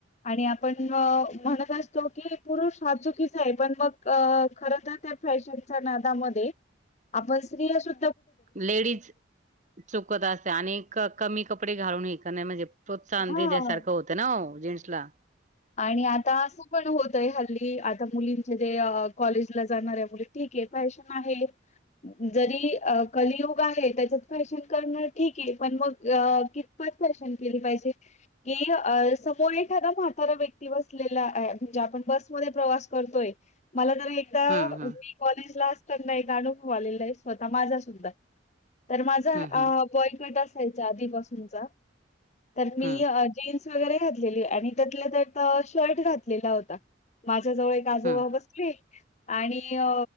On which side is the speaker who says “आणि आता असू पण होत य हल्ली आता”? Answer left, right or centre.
Left